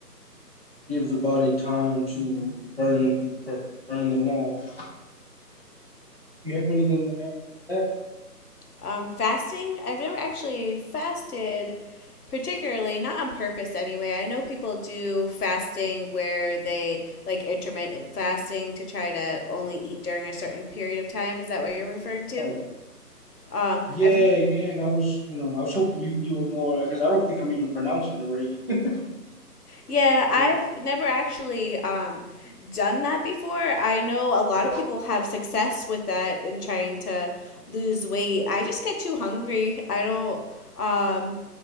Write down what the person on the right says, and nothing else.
give the body time to burn burn them off. Do you have anything to add to that?
Like,
Yeah,
yeah, and I was, you know, I was hoping you you were more because I don't think I'm even pronouncing it right.
<laughs>
yeah.